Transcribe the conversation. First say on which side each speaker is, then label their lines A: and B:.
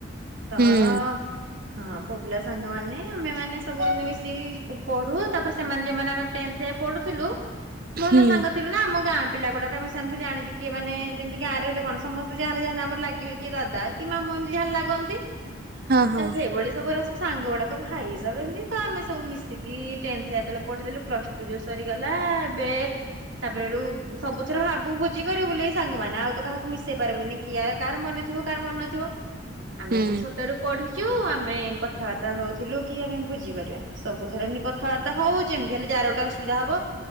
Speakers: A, on the right (about 70°); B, on the right (about 45°).
A: ତ
B: ହୁଁ
A: ହଁ ପୁଅ ପିଲା ସାଙ୍ଗମାନେ ଆମେମାନେ ସବୁ ଏମିତି ମିଶିକି ପଢୁ, ତାପରେ ସେମାନେ ଯୋଉମାନେ ଆମେ ଟେନ୍ଥ୍ ରେ ପଢୁଥିଲୁ ଭଲ
B: ହୁଁ
A: ସାଙ୍ଗ ଥିଲୁ ନା ଆମ ଗାଁ ପିଲା ଗୁଡାକ ଆମେ ସେମାନଙ୍କୁ ଜାଣିଛୁ କିଏ ମାନେ ଯେମିତି ଗାଁରେ ହେଲେ କଣ ସମସ୍ତେ ଯାହେଲେ-ଯାହେଲେ ଲାଗିବେ କିଏ ଦାଦା କିଏ ମାମୁଁ ଏମିତି ଯାହେଲେ ଲାଗନ୍ତି।
B: ହଁ ହଁ
A: ତ ସେଇଭଳି ସବୁ ଏରା ସବୁ ସାଙ୍ଗ ଗୁଡାକ ଭାଇ ହିସାବରେ ଏମିତି ଆମେ ସବୁ ମିଶିକି ଟେନ୍ଥ ଯତେବେଳେ ପଢେଇଦଲୁ, ପ୍ଲସ ଟୁ ଯୋଉ ସରିଗଲା ଏବେ ତାପରେ ସେଠୁ ସବୁ ଥର ଭାବୁ ଭୋଜି କରିବୁ ବୋଲି ଏଇ ସାଙ୍ଗମାନେ ଆଉ ତ କାହାକୁ ମିଶେଇ ପାରିବୁନି କି କାହାର ମନେ ଥିବ କାହାର ମନେ ନଥିବ ଆମେ
B: ହୁଁ
A: ତ ଛୋଟରୁ ପଢି ଚୁ ଆମେ କଥାବାର୍ତ୍ତା ହୋଉଥିଲୁ କି ଆମେ ଭୁଜି କରିବା। ସବୁଥରେ ଏମିତି କଥାବାର୍ତ୍ତା ହୋଉ ଯେମିତି ହେଲେ ଯାହାର ଗୋଟେ ଅସୁବିଧା ହବ।